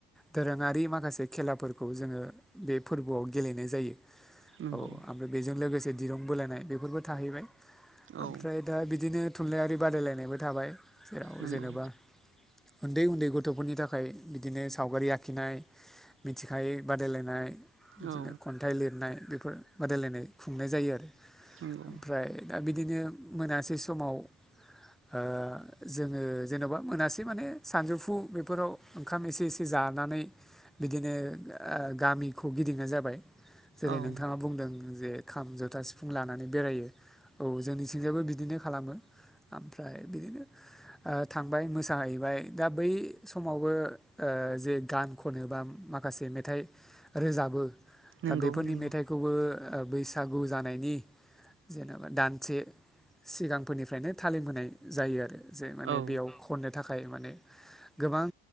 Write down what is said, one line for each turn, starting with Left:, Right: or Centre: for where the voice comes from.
Centre: दोरोङारि माखासे खेलाफोरखौ जोङो बे फोरबोआव गेलेनाय जायो
Right: नंगौ
Centre: औ ओमफ्राय बेजों लोगोसे दिरुं बोलायनाय बेफोरबो थाहैबाय ओमफ्राय
Right: औ
Centre: दा बिदिनो थुनलाइयारि बादायलायनायबो थाबाय जेराव
Right: नंगौ
Centre: जेनेबा उन्दै उन्दै गथ'फोरनि थाखाय बिदिनो सावगारि आखिनाय मिथिखायो बादायलायनाय बिदिनो
Right: औ
Centre: कन थाइ लिरनाय बेफोर बादायलायनाय खुंनाय जायो आरो
Right: नंगौ
Centre: ओमफ्राय दा बिदिनो मोनासे समाव ओ जोङो जेन'बा मोनासे माने सानजौफु बेफोराव ओंखाम एसे एसे जानानै बिदिनो ओ गामिखौ गिदिंनाय जाबाय जेरै
Right: औ
Centre: नोंथाङा बुंदों जे खाम जथा सिफुं लानानै बेरायो औ जोंनिथिंजायबो बिदिनो खालामो ओमफ्राय बिदिनो ओ थांबाय मोसाहैबाय दा बै समावबो ओ जे गान खनो बा माखासे मेथाइ रोजाबो
Right: नंगौ
Centre: दा बेफोरनि
Right: नंगौ
Centre: मेथाइखौबो बैसागु जानायनि जेनेबा दानसे सिगांफोरनिफ्रायनो थालिम होनाय जायो आरो जे माने
Right: औ
Centre: बेयाव खननो थाखाय माने गोबां